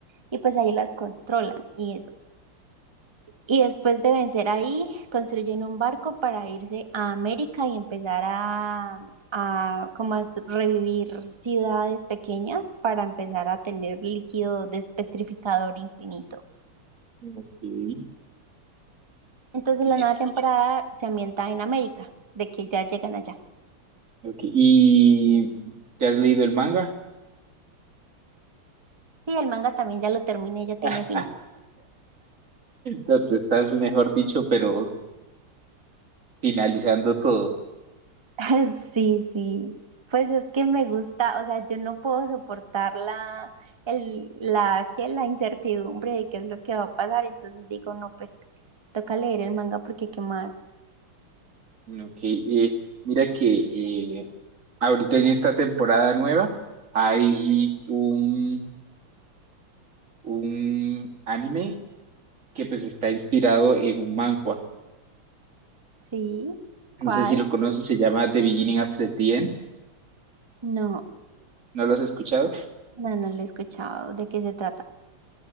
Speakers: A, on the right (about 15°); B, on the right (about 35°).
A: y pues ahí las controlan y eso. Y después de vencer ahí, construyen un barco para irse a América y empezar a, a como a s- revivir ciudades pequeñas para empezar a tener líquido despetrificador infinito.
B: Ok. Y,
A: Entonces
B: es-
A: la nueva temporada se ambienta en América, de que ya llegan allá.
B: ok, ¿Y te has leído el manga?
A: Sí, el manga también ya lo terminé, ya tiene
B: <laughs>
A: final.
B: No, tú estás, mejor dicho, pero finalizando todo.
A: <laughs> Sí, sí. Pues es que me gusta, o sea, yo no puedo soportar la, el, la, que la incertidumbre de qué es lo que va a pasar. Entonces digo, no, pues toca leer el manga porque qué más.
B: Ok, eh, mira que eh, ahorita en esta temporada nueva hay un, un anime que pues está inspirado en un manhwa.
A: Sí,
B: No
A: ¿cuál?
B: sé si lo conoces, se llama The Beginning of the End.
A: No,
B: ¿No lo has escuchado?
A: no, no lo he escuchado. ¿De qué se trata?